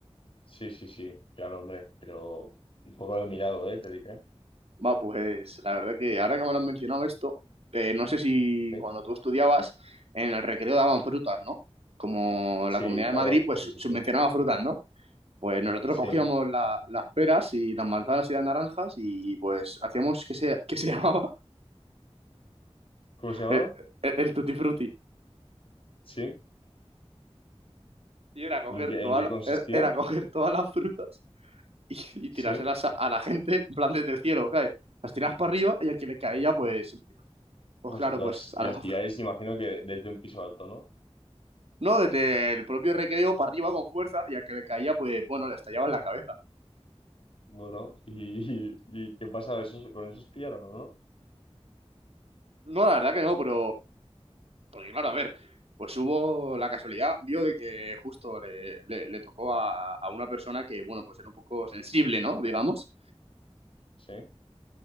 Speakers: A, on the left (about 55°); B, on the right (about 65°).
A: sí, sí, sí, claro, hombre, pero un poco de milagro, ¿eh? Te diré.
B: Va, pues la verdad que ahora que me lo han mencionado esto, eh, no sé si
A: sí
B: cuando tú estudiabas en el recreo daban frutas, ¿no? Como
A: Sí,
B: la Comunidad
A: claro,
B: de Madrid, pues
A: sí, sí,
B: subvencionaba
A: sí.
B: frutas, ¿no? Pues nosotros
A: Sí.
B: cogíamos la- las peras y las manzanas y las naranjas y pues hacíamos que se, que se <laughs> llamaba
A: ¿Cómo se llama?
B: el, el, el tutti frutti.
A: Sí.
B: Y era coger,
A: ¿En qué,
B: toda
A: en qué
B: la-
A: consistía?
B: era, era coger todas las frutas y, y tirárselas
A: Sí.
B: a, a la gente en plan desde el cielo, ¿sabes? Las tirabas para arriba y al que le caía, pues, pues
A: Ostras,
B: claro, pues
A: y
B: a
A: las
B: la- <laughs>
A: pilláis, imagino que desde un piso alto, ¿no?
B: No, desde el propio recreo para arriba con fuerza y al que le caía, pues bueno, le estallaba en la cabeza.
A: Bueno, ¿y, y, y qué pasa? ¿Esos, con esos pillaron, no?
B: No, la verdad que no, pero Porque claro, a ver, pues hubo la casualidad, dio de que justo le, le- le tocó a, a una persona que, bueno, pues era un poco sensible, ¿no? Digamos.
A: Sí,